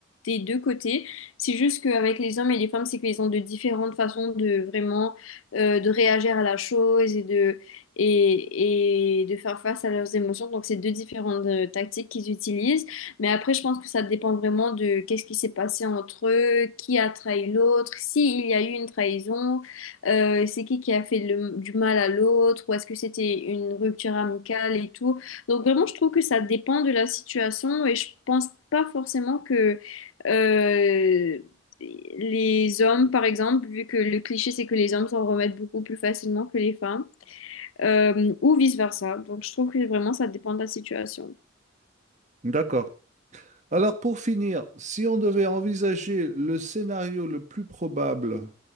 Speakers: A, on the left (about 85°); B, on the right (about 35°).
A: des deux côtés. C'est juste qu'avec les hommes et les femmes, c'est qu'ils ont de différentes façons de vraiment euh, de réagir à la chose et de, et, et de faire face à leurs émotions. Donc, c'est deux différentes euh, tactiques qu'ils utilisent. Mais après, je pense que ça dépend vraiment de qu'est-ce qui s'est passé entre eux, qui a trahi l'autre, s'il y a eu une trahison. Euh, c'est qui qui a fait le- du mal à l'autre, ou est-ce que c'était une rupture amicale et tout. Donc vraiment, je trouve que ça dépend de la situation et je pense pas forcément que euh, les hommes, par exemple, vu que le cliché c'est que les hommes s'en remettent beaucoup plus facilement que les femmes, euh, ou vice-versa. Donc je trouve que vraiment ça dépend de la situation.
B: D'accord. Alors pour finir, si on devait envisager le scénario le plus probable